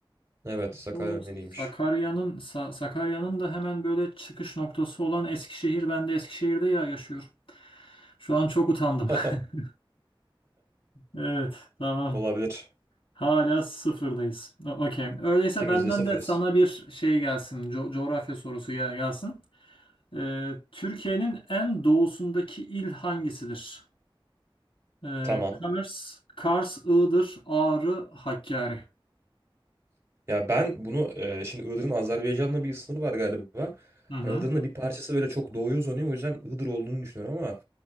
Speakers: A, on the right (about 30°); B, on the left (about 70°).
A: Evet Sakarya
B: Bu
A: nehriymiş.
B: Sakarya'nın Sa- Sakarya'nın da hemen böyle çıkış noktası olan Eskişehir. Ben de Eskişehir'de ya yaşıyorum. Şu an çok utandım.
A: <laughs>
B: <laughs> Evet, tamam.
A: Olabilir.
B: Hala sıfırdayız. O- Okey. Öyleyse
A: İkimiz
B: benden
A: de sıfırız.
B: de sana bir şey gelsin. co- coğrafya sorusu gel- gelsin. Ee, Türkiye'nin en doğusundaki il hangisidir? Ee,
A: Tamam.
B: Kars, Kars, Iğdır, Ağrı, Hakkari.
A: Ya ben bunu e, şimdi Iğdır'ın Azerbaycan'la bir sınırı var galiba.
B: Hı hı.
A: Hani Iğdır'ın da bir parçası böyle çok doğuya uzanıyor. O yüzden Iğdır olduğunu düşünüyorum ama